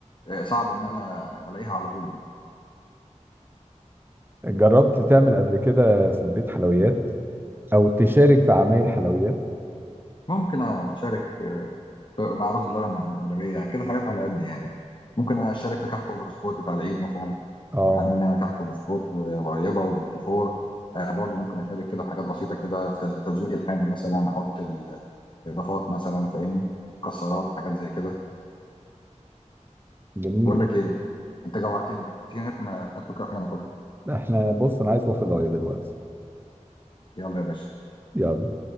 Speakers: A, on the left; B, on the right.
A: آه، صعب ان انا الاقيها على طول يعني
B: جربت تعمل قبل كده في البيت حلويات أو تشارك في عمايل حلويات
A: ممكن اشارك آه، مع رز بلبن مع المهلبيه كده حاجات على قد يعني ممكن اشارك في كحك وبسكوت بتاع العيد مثلا
B: اه
A: وحاليا بنعمل كحك وبسكوت وغريبه وبتيفور آه، برضو ممكن اشارك كده في حاجات بسيطه كده في تز- تزويق الحاجه مثلا احط الاضافات مثلا فاهمني مكسرات حاجات زي كده
B: جميل
A: بقول لك ايه انت جوعتني تيجي نطلع- نطلب كده حاجه ناكلها
B: احنا بص أنا عايز وافل دلوقتي
A: يلا يا باشا
B: يلا